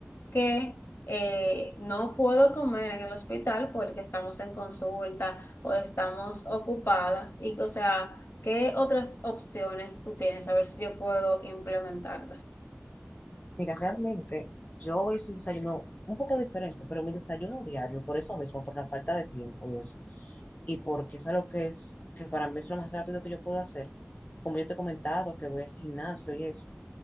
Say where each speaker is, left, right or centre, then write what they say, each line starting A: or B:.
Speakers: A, on the left; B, on the left.
A: que eh, no puedo comer en el hospital porque estamos en consulta o estamos ocupadas. Y, o sea, ¿qué otras opciones tú tienes? A ver si yo puedo implementarlas.
B: Mira, realmente yo hice un desayuno un poco diferente, pero mi desayuno diario, por eso mismo, por la falta de tiempo y eso, y porque es algo que es, que para mí es lo más rápido que yo puedo hacer, como yo te he comentado, que voy al gimnasio y eso,